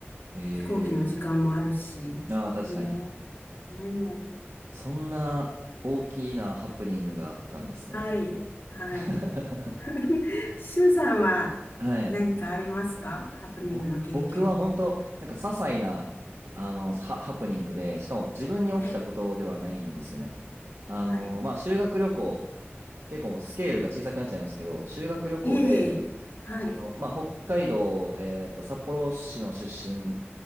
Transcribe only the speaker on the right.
ええ
ーああ、確かに。
そんな大きなハプニングがあったんですね。
<laughs>
はい。
ぼ、僕は本当、なんか些細な、あの、ハ、ハプニングで、しかも自分に起きたことではないんですよね。
あの、
まあ、修学旅行、結構スケールが小さくなっちゃいますけど、
修学旅行で、
あの、まあ、北海道、えっと、札幌市の出身